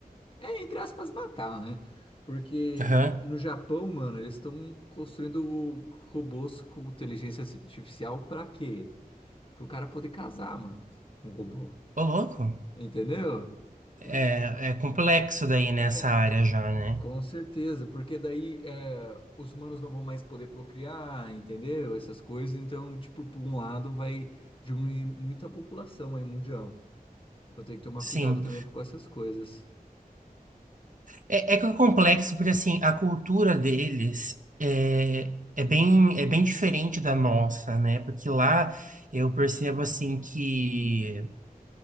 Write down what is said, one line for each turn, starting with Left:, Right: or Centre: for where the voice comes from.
Left: é, é, entre aspas, matar, né? Porque
Right: Aham.
Left: n- no Japão, mano, eles estão construindo robôs com inteligência artificial pra quê? pro cara poder casar, mano, com o robô.
Right: Ô, louco.
Left: Entendeu?
Right: É,
Left: E-
Right: é complexo daí nessa
Left: é,
Right: área já, né?
Left: com certeza, porque daí é, os humanos não vão mais poder procriar, entendeu? Essas coisas, então, tipo, por um lado vai diminuir muita população aí mundial. Então tem que tomar
Right: Sim.
Left: cuidado também com essas coisas.
Right: É, é que é complexo, porque assim, a cultura deles é, é bem, é bem diferente da nossa, né? Porque lá eu percebo assim que